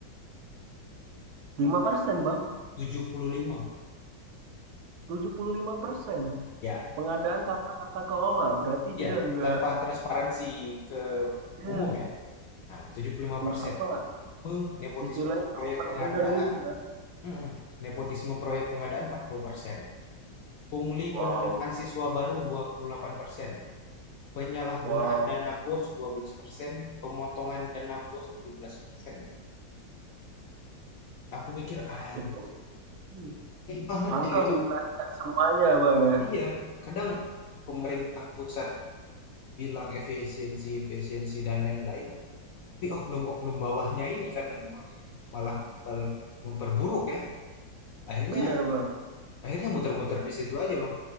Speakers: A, on the right; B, on the left.
A: 5% Bang,
B: 75,
A: tujuh puluh lima persen
B: Ya
A: pengadaan tanpa tata kelola berarti
B: ya,
A: dia nggak
B: tanpa transparansi ke
A: ya,
B: umum ya. Nah, tujuh puluh lima persen,
A: nggak apa
B: nepotisme
A: istilahnya
B: proyek
A: overtender
B: pengadaan
A: gitu kan.
B: mhm, nepotisme proyek pengadaan 40%, Pungli
A: Wow,
B: penerimaan siswa baru 28%. penyalahgunaan
A: wow,
B: dana bos 12% pemotongan dana bos tujuh belas persen Aku mikir, anjir
A: itu hmm,
B: banget
A: angka
B: ya gitu.
A: menjelaskan semuanya bang ya,
B: Iya, kadang pemerintah pusat bilang efisiensi, efisiensi dan lain-lain, tapi oknum-oknum bawahnya ini kadang bang yang malah memper- memperburuk ya. Akhirnya,
A: bener bang.
B: akhirnya muter-muter di situ aja bang.